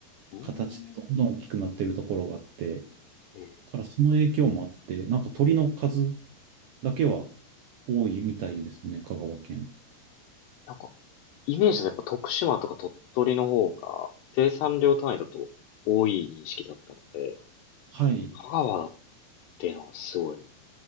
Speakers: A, on the left (about 75°); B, on the right (about 85°).
A: うん、
B: 形でどんどん大きくなってるところがあって、
A: え、
B: だからその影響もあって、なんか鳥の数だけは多いみたいですね、香川県。
A: なんか、イメージだとやっぱ徳島とか鳥取の方が生産量単位だと多い認識だったので、
B: はい。
A: 香川だっていうのはすごい。